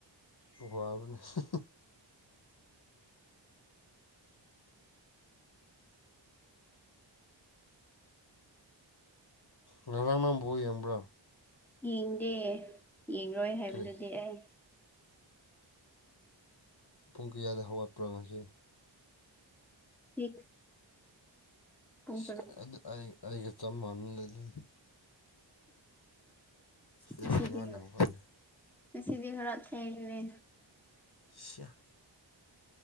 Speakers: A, on the left (about 55°); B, in the centre.
A: <unintelligible> ꯉꯔꯥꯡ ꯅꯪ ꯕꯣꯜ ꯌꯦꯡꯕ꯭ꯔꯥ
B: ꯌꯦꯡꯗꯦ ꯌꯦꯡꯔꯣꯏ ꯍꯥꯏꯕꯗꯨꯗꯤ
A: ꯀꯔꯤ
B: ꯑꯩ
A: ꯄꯨꯡ ꯀꯌꯥꯗ ꯍꯧꯈꯠꯄ꯭ꯔꯥ ꯉꯁꯤ
B: ꯁꯤꯛꯁ ꯄꯨꯡ
A: ꯁꯦ
B: ꯇꯔꯨꯛ
A: ꯑꯗꯨ ꯑꯩ ꯑꯩꯒ ꯆꯞ ꯃꯥꯟꯅꯦ ꯑꯗꯨꯗꯤ <unintelligible>
B: ꯉꯁꯤꯗꯤ
A: ꯉꯟꯅ ꯍꯧꯒꯠꯂꯦ
B: ꯉꯁꯤꯗꯤ ꯈꯔ ꯊꯦꯡꯉꯦꯅꯦ
A: ꯁꯤꯌꯥ